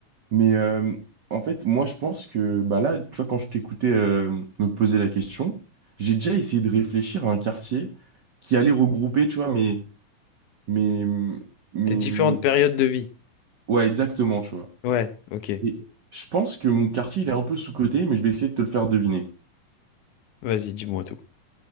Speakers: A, on the right; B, on the left.
A: Mais euh, en fait, moi, je pense que bah là, tu vois, quand je t'écoutais euh, me poser la question, j'ai déjà essayé de réfléchir à un quartier qui allait regrouper, tu vois, mes, mes, mes,
B: Tes différentes
A: mes-
B: périodes de vie.
A: Ouais, exactement, tu vois.
B: Ouais, ok.
A: Et je pense que mon quartier, il est un peu sous-coté, mais je vais essayer de te le faire deviner.
B: Vas-y, dis-moi tout.